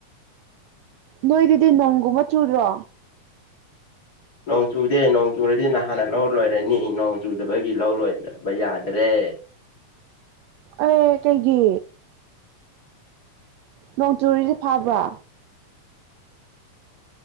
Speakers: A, on the right; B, on the left.
A: ꯅꯣꯏꯗꯨꯗꯤ ꯅꯣꯡꯒꯨꯝꯕ ꯆꯨꯗ꯭ꯔꯣ
B: ꯅꯣꯡ ꯆꯨꯗꯦ ꯅꯣꯡ ꯆꯨꯔꯗꯤ ꯅꯍꯥꯟꯅ ꯂꯧ ꯂꯣꯏꯔꯅꯤ ꯅꯣꯡ ꯆꯨꯗꯕꯒꯤ ꯂꯧꯔꯣꯏꯗꯕ ꯌꯥꯗ꯭ꯔꯦ
A: ꯑꯦ ꯀꯩꯒꯤ ꯅꯣꯡ ꯆꯨꯔꯤꯁꯦ ꯐꯥꯕ꯭ꯔꯥ